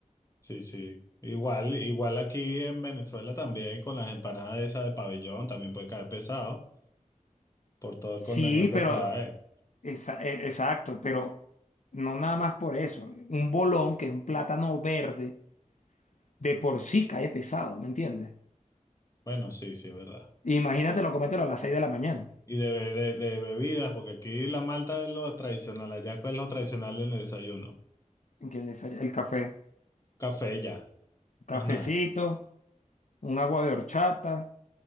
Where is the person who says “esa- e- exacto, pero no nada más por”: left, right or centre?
Left